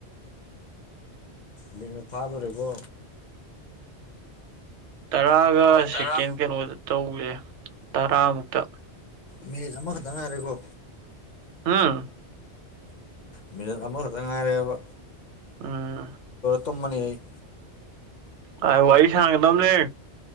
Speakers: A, on the left; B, on the right.
A: ꯅ ꯊꯥꯗꯣꯔꯦꯀꯣ
B: ꯇꯔꯥꯒ
A: ꯇꯔꯥ
B: ꯁꯦꯀꯦꯟ ꯀꯩꯅꯣꯗ ꯇꯧꯁꯦ ꯇꯔꯥꯃꯨꯛꯇ
A: ꯃꯤꯦꯁ ꯑꯃꯈꯛꯇꯪ ꯉꯥꯏꯔꯦꯀꯣ
B: ꯑꯥ
A: ꯃꯤ ꯅꯝꯕ ꯀꯗꯉꯔꯦꯕ
B: ꯎꯝ
A: ꯇꯣꯝꯕꯅꯤ ꯑꯩ
B: ꯑ ꯋꯥꯔꯤ ꯁꯥꯡꯒꯗꯕꯅꯦ